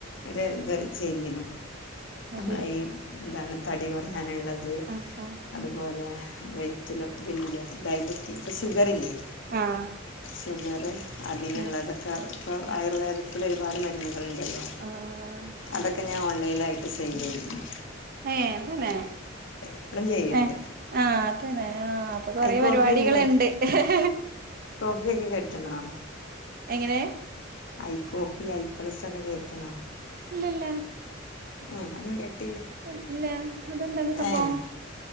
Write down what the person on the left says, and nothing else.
ഒരു ഇത് ചെയ്തിനു നമ്മളെ
ഈ എന്താണ് തടി കുറയാൻ ങ്ങനള്ളത്
അതുപോലെ വെയ്റ്റിലോ ഇതല്ലേ ഡയബറ്റി ഇപ്പൊ ഷുഗറില്ലേ
ഷുഗറ് അതിനുള്ളതക്ക
ഇപ്പോ ആയുർവേദത്തില് ഒരുപാട് മരുന്നുകള് ല്ലല്ലോ
അതൊ ഒക്കെ ഞാൻ ഓൺലൈലായിട്ട് സെയിലെയ്തിരുന്നു
ഇപ്പോഴും ചെയ്യുന്നുണ്ട്
ഐ കോഫിയൊക്കെ
<unintelligible> കൊക്കെ കോട്ട്ണൊ
ഐ കോഫി ഐ പ്ലസ് ഒക്കെ കേട്ട്ണോ
ഏ അന്ന കേട്ട
ഏ